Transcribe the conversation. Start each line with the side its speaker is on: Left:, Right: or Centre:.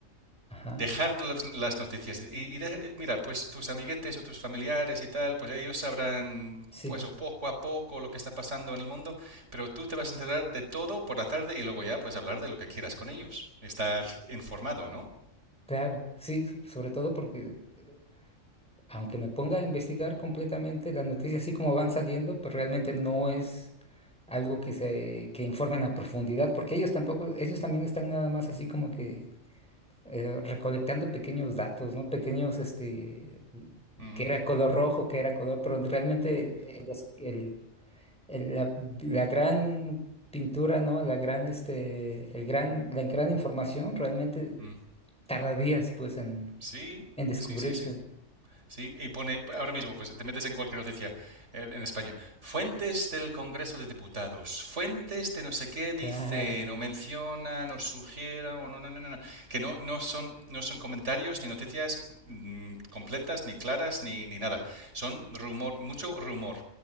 Centre: Ajá,
Right: dejar las, noticias. Y, y de, mira, pues tus amiguetes o tus familiares y tal, pues ellos sabrán,
Centre: sí,
Right: pues o poco a poco lo que está pasando en el mundo, pero tú te vas a enterar de todo por la tarde y luego ya, pues hablar de lo que quieras con ellos. Estar informado, ¿no?
Centre: claro, sí, so- sobre todo porque eh, aunque me ponga a investigar completamente las noticias así como van saliendo, pues realmente no es algo que se que informen a profundidad, porque ellos tampoco, ellos también están nada más así como que eh, recolectando pequeños datos, ¿no? Pequeños, este,
Right: Mm,
Centre: que era color rojo, que era color, pero realmente el, es- el- el- la, la gran pintura, ¿no? La gran, este, el gran, la gran información realmente
Right: mm,
Centre: tarda días pues en,
Right: Sí,
Centre: en descubrirse.
Right: sí, sí, sí. Sí, y pone, ahora mismo, pues te metes en cualquier noticia eh, en España. Fuentes del Congreso de Diputados, fuentes de no sé qué dicen
Centre: Claro,
Right: o mencionan o sugieran o no, no, no, no, no, que no, no son, no son comentarios ni noticias mm, completas, ni claras, ni, ni nada. Son rumor, mucho rumor,